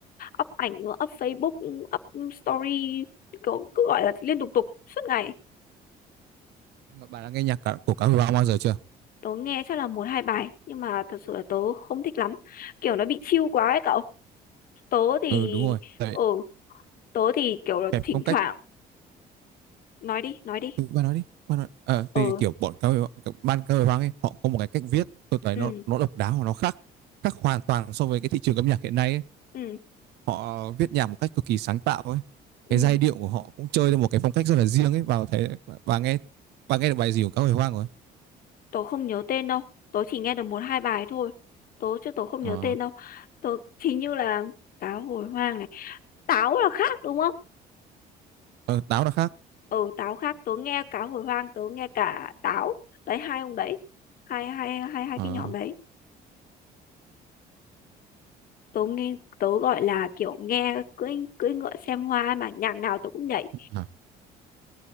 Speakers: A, on the left; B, on the right.
A: up ảnh, up Facebook, up story kiểu cứ gọi là liên tục tục suốt ngày.
B: bạn đã nghe nhạc cả- của cá hồi hoang bao giờ chưa
A: Tớ nghe chắc là một hai bài nhưng mà thật sự là tớ không thích lắm. Kiểu nó bị chill quá ấy cậu. tớ thì
B: ừ đúng rồi đấy,
A: ừ tớ thì kiểu là
B: kẹp
A: thỉnh
B: phong cách
A: thoảng nói đi nói đi
B: ừ, bạn nói đi bạn nói. Ờ,
A: ừ
B: thì kiểu bọn cá hồi ban cá hồi hoang ấy họ có một cái cách viết tôi thấy
A: ừ
B: nó nó độc đáo và nó khác khác hoàn toàn so với cái thị trường âm nhạc hiện nay ấy
A: ừ
B: họ viết nhạc một cách cực kỳ sáng tạo ấy cái
A: ừ
B: giai điệu của họ cũng chơi theo một cái phong cách rất là riêng ấy vào thấy và nghe và nghe được bài gì của các hồi hoang rồi
A: tớ không nhớ tên đâu tớ chỉ nghe được một hai bài thôi tớ chứ tớ không
B: ờ
A: nhớ tên đâu tớ hình như là cá hồi hoang này táo là khác đúng không
B: ờ, táo là khác
A: ừ táo khác tớ nghe cá hồi hoang tớ nghe cả táo đấy hai ông đấy hai hai hai hai
B: ờ
A: cái nhóm đấy tớ nghe tớ gọi là kiểu nghe cưỡi cưỡi ngựa xem hoa mà nhạc nào tớ cũng nhảy
B: hả?